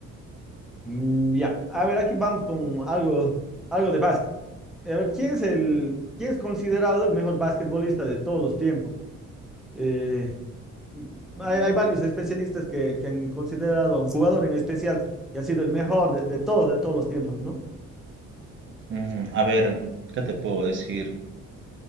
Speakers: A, in the centre; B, on the right.
A: Mm, ya, a ver, aquí vamos con algo, algo de básquet. A ver, ¿quién es el, quién es considerado el mejor basquetbolista de todos los tiempos? Eh, mm, hay,
B: Mm,
A: hay varios especialistas que, que han considerado a un jugador en especial que ha sido el mejor de, de todos, de todos los tiempos, ¿no?
B: mm, a ver, ¿qué te puedo decir?